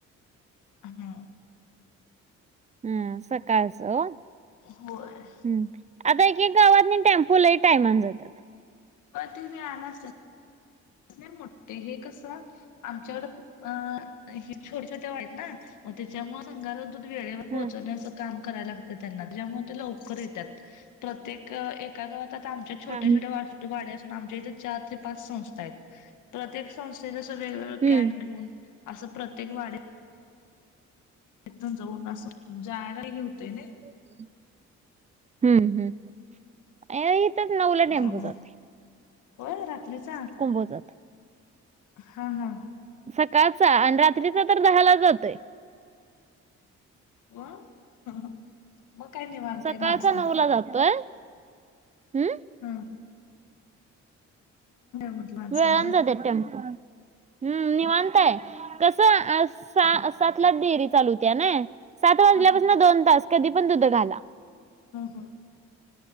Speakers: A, on the left (about 80°); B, on the right (about 25°).
A: हा.
B: हम्म सकाळसं
A: होय.
B: हम्म आता एक-एक गावातनी टेम्पो लई टायमाने जात्यात.
A: पर तुम्ही आणा असेल. कसल्या मोठे हे कसं आमच्याकडे अ ही छोटे-छोट्या वाईट ना म त्याच्यामुळे सांगालतो ते वेळेवर पोहोचवण्याचं
B: हं.
A: काम कराय लागतं त्यांना त्याज्यामुळे लवकर येत्यात प्रत्येक एका गवात आता आमच्या छोट्या-छोट्या
B: हां.
A: वाचतूक वाड्या असून आमच्या इथे चार ते पाच संस्था आहेत प्रत्येक संस्थेला सगळे <unintelligible>
B: हं.
A: केन घेऊन असं प्रत्येक वाडीत तून जाऊन असं जाणं हे होतोय नाय.
B: हम्म हम्म, ए हितच नवला
A: त्याच्यामुळं
B: टेम्पू जातय.
A: होय रात्रीचा.
B: कुंभोजात.
A: हा हा.
B: सकाळचा, आणि रात्रीचा तर दहाला जातोय.
A: मग काय निवांत
B: सकाळचा
A: आय माणसाला.
B: जातोय. हम्म.
A: हम्म. म्हटलं माणसांचं.
B: वेळानं
A: हम्म
B: जात्यात टेंम्पो, हम्म निवांताय. कसं, आस सा सातलाच डेरी चालू होत्या नाई, सात वाजल्यापासनं
A: हा हा
B: दोन तास कधी पण दुध घाला.
A: हा हा.